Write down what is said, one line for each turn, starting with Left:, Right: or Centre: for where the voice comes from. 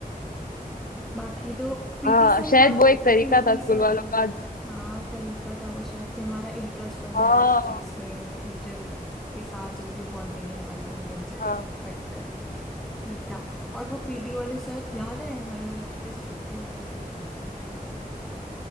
Centre: बाकी तो पीटी
Left: हाँ
Centre: सर
Left: शायद
Centre: याद है
Left: वो एक तरीका
Centre: PT
Left: था स्कूल
Centre: sir
Left: वालों का
Centre: हाँ तरीका था वो शायद कि हमारा इंटरेस्ट बन
Left: हाँ
Centre: जाए उस चीज में और टीचर के साथ जो भी बॉन्डिंग है हमारी वो बन जाए
Left: हाँ
Centre: बट ठीक था और वो पीटी वाले सर याद है हाय हाय कितने स्ट्रिक्ट थे वो वाले